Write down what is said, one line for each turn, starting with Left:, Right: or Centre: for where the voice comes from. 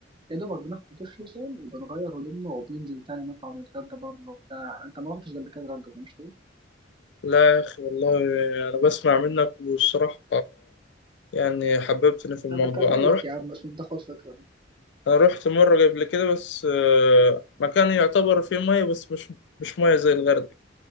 Right: يا دوبك بناخد دش مثلا وبنغير هدومنا وبننزل تاني نطلع ونتغدى بره وبتاع انت ما رحتش قبل كده اتغدى مش كده؟
Left: لا يا أخي والله أنا بسمع منك والصراحة يعني حببتني في الموضوع
Right: طب اكمل
Left: أنا
Right: لك
Left: رحت
Right: يا عم عشان تاخد فكرة
Left: أنا رحت مرة قبل كده بس آه، مكان يعتبر فيه مية بس مش مش مية زي الغردقة